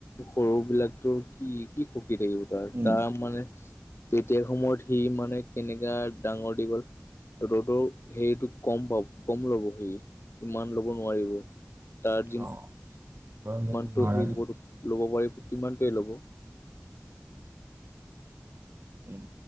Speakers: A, on the left; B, on the right.
A: সৰু বিলাকতৰ কি কি খকী থাকিব তাৰ
B: উম
A: তাৰ মানে তেতিয়া সময়ত সি মানে কেনেকা ডাঙৰ দীঘল গ'ল ৰ'দ তোৰ হেৰিটো কম পাব কম ল'ব হে ইমান ল'ব নোৱাৰিব তাৰ
B: অ গৰম টানিব
A: যিমানটো
B: নোৱাৰে
A: শিল ল'ব পাৰি কিমানটোৱে ল'ব
B: উম